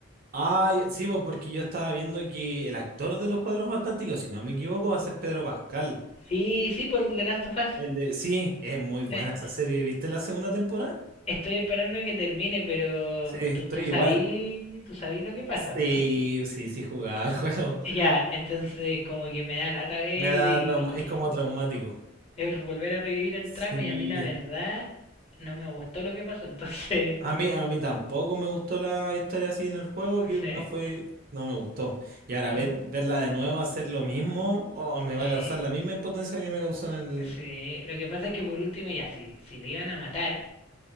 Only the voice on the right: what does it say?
Ah, ya- sí, pues, porque yo estaba viendo que el actor de Los Cuadros Fantásticos, si no me equivoco, va a ser Pedro Pascal.
El de... Sí, es muy buena
esa serie. ¿Viste la segunda temporada?
Sí, estoy
igual.
Sí,
sí, sí, jugaba el juego.
<laughs>
Me da
trauma,
es como traumático.
Sí.
A mí, a mí tampoco me gustó la historia así en el juego, que
no
fue, no me gustó. Y ahora
ver, verla de nuevo hacer lo mismo, oh, me va
a causar la misma impotencia que me causó en el...